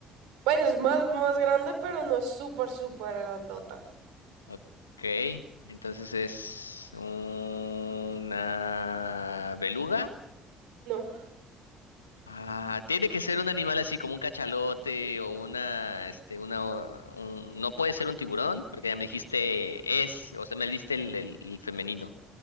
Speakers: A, on the right (about 60°); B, on the left (about 80°).
A: pues es más, más grande, pero no es súper, súper grandota.
B: Ok. Entonces es una beluga.
A: No.
B: Ah, tiene que ser un animal así como un cachalote o una, este, una, o- un- no puede ser un tiburón porque ya me dijiste es, o sea, me diste el, el- el femenino.